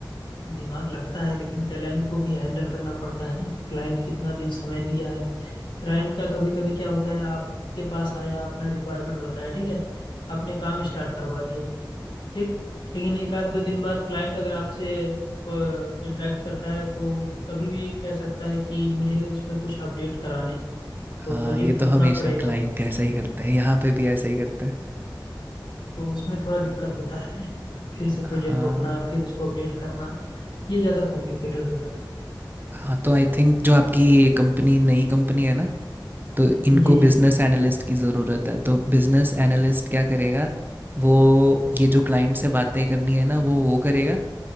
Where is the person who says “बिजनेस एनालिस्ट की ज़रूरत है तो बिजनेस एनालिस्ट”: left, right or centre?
Right